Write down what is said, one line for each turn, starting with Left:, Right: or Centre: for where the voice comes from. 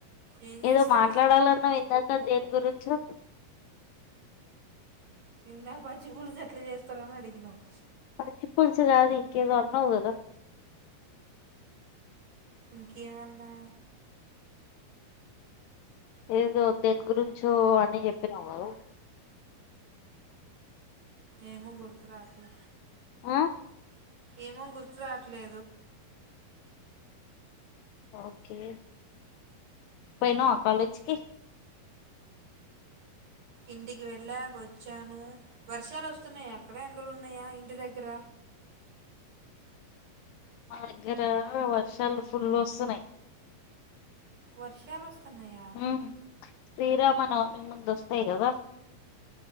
Right: ఏం చేస్తున్నా
Left: ఏదో మాట్లాడాలన్నావ్ ఇందాక దేని గురించి. అచ్చు
Right: ఇందాక పచ్చి పూలుసు ఎట్లా చేస్తారని అడిగినవ్.
Left: పచ్చి పులుసు కాదు ఇంకేదో అన్నావు కదా.
Right: ఇంకేమన్నా.
Left: ఏదో దేని గురించో అని చెప్పినావ్ కదా.
Right: ఏమో గుర్తు రావట్లే.
Left: ఆ
Right: ఏమో గుర్తు రావట్లే
Left: ఓకే పోయినవా కాలేజ్కి
Right: ఇంటికి వెళ్ళ వచ్చాను, వర్షాలు వస్తున్నాయా అక్కడ ఎండలు ఉన్నాయా ఇంటి దగ్గర
Left: మా దగ్గర వర్షాలు ఫుల్ వస్తున్నాయి
Right: వర్షాలు వస్తు వత్తాన్నాయా
Left: ఉమ్, శ్రీరామనవమి ముందు వస్తాయి కదా